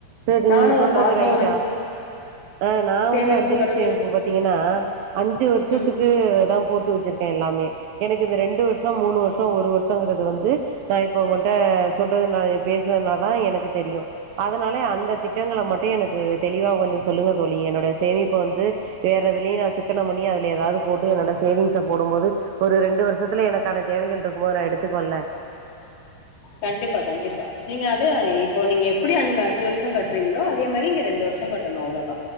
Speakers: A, on the right (about 75°); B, on the left (about 85°).
A: செரி
B: நானு
A: நீங்க
B: ஒரு
A: சொல்றது
B: மாசோ
A: ரைட்டா
B: ஒரு
A: ஆ நா
B: சேமிப்புங்கிறது
A: வந்து அஞ்சு லட்சமைப்பு பாத்தீங்கன்னா அஞ்சு வருஷத்துக்கு
B: ம்
A: தா போட்டு வச்சுரு இருக்கே எல்லாமே எனக்கு இந்த ரெண்டு வருஷோ மூணு வருஷோ ஒரு வருஷோங்கிறது வந்து நா இப்ப உங்கட்ட சொல்றது பேசுறதுனால தா எனக்கு தெரியும் அத னாலே அந்த திட்டங்கள மட்டு எனக்கு தெளிவா கொஞ்சோ சொல்லுங்க தோழி என்னோட சேமிப்ப வந்து வேற எதுலயு நா சிக்கனம் பண்ணி அதுல ஏதாவது போட்டு என்னோட சேவிங்ஸ போடும் போது ஒரு ரெண்டு வருஷத்துல எனக்கான தேவைகள் இருக்கும் போது நா எடுத்துக்குவேல்ல
B: கண்டிப்பா கண்டிப்பா நீங்க அது ஆயி இப்போ நீங்க எப்புடி அங்க அஞ்சு வருஷோ கட்டுறீங்களோ அதேமாரி இங்க ரெண்டு வருஷோ கட்டணு அவ்ளோதா